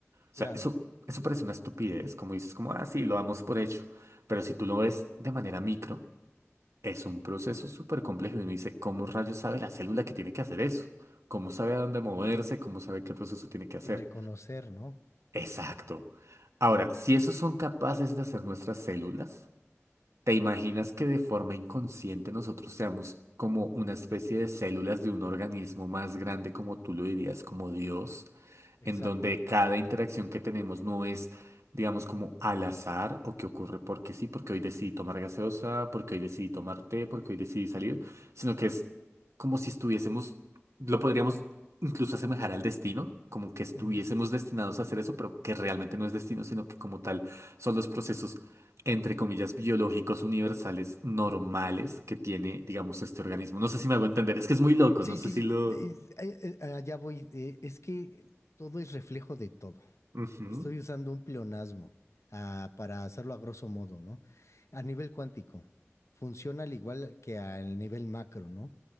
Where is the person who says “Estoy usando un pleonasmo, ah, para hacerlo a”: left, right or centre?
Left